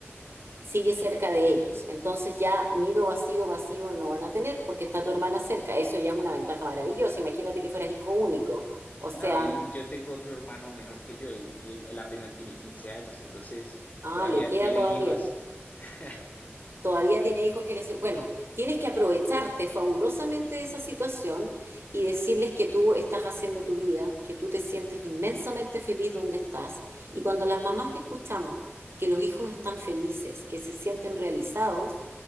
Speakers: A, on the left; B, on the right.
A: Ujú.
B: sigue cerca de ellos. Entonces ya nido vacío, vacío no van a tener porque está tu hermana cerca. Eso ya es una ventaja maravillosa. Imagínate que fueras hijo único. O
A: No,
B: sea,
A: y, y yo tengo otro hermano menor que yo y él, él apenas tiene 15 años, entonces
B: ah,
A: todavía
B: le queda
A: tiene
B: todavía.
A: hijos. <laughs>
B: todavía tiene hijos que les... Bueno, tienes que aprovecharte fabulosamente de esa situación y decirles que tú estás haciendo tu vida, que tú te sientes inmensamente feliz donde estás. Y cuando las mamás escuchamos que los hijos están felices, que se sienten realizados,